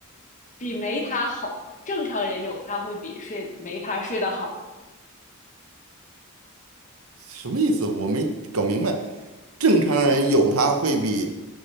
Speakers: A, on the left; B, on the right.
A: 比没它好，正常人有它会比睡没它睡得好。
B: 什么意思？我没搞明白。正常人有它会比